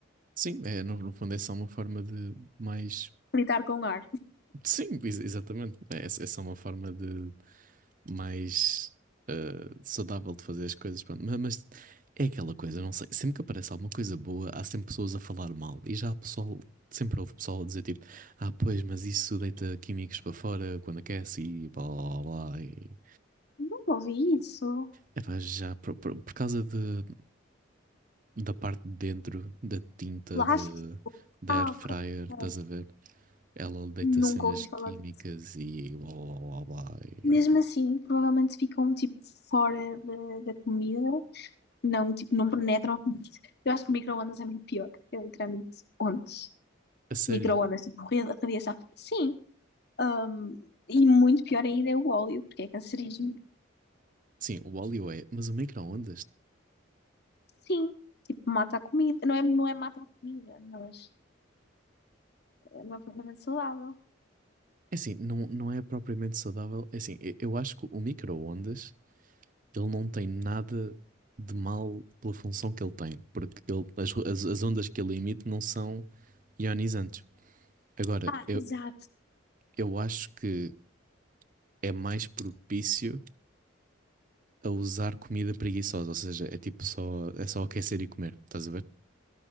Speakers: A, on the right (about 40°); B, on the left (about 55°).
A: Sim, é, no, no fundo é só uma forma de mais.
B: Fritar com ar.
A: Sim, ex- exatamente. É, é só uma forma de mais eh, saudável de fazer as coisas. Pronto. Ma- Mas, é aquela coisa, não sei. Sempre que aparece alguma coisa boa, há sempre pessoas a falar mal. E já há pessoal, sempre houve pessoal a dizer tipo, ah, pois, mas isso deita químicos para fora quando aquece e blá blá blá. E...
B: Nunca ouvi isso.
A: Epá, já por, por, por causa de, da parte de dentro da tinta
B: Lá
A: de,
B: está.
A: da
B: Ah,
A: air fryer,
B: ok.
A: estás
B: ok.
A: a ver? Ela deita
B: Nunca
A: cenas
B: ouvi
A: químicas
B: falar disso.
A: e blá blá blá blá. e
B: Mesmo
A: pronto.
B: assim, provavelmente ficam tipo fora da da comida. Não, tipo, não penetra. ao- comida. Eu acho que micro-ondas é muito pior. É literalmente ondas.
A: A sério.
B: Micro-ondas, tipo, ra- radiação. Sim. ahm, e muito pior ainda é o óleo, porque é cancerígeno.
A: Sim, o óleo é, mas o micro-ondas,
B: Sim. Tipo, mata a comida. Não é, não é mata a comida, mas não é propriamente saudável.
A: é assim, não, não é propriamente saudável. É assim, eu, eu acho que o micro-ondas, ele não tem nada de mal pela função que ele tem, porque ele, as, as, as ondas que ele emite não são ionizantes. Agora,
B: Ah,
A: eu,
B: exato.
A: eu acho que é mais propício a usar comida preguiçosa, ou seja, é tipo só, é só aquecer e comer, estás a ver?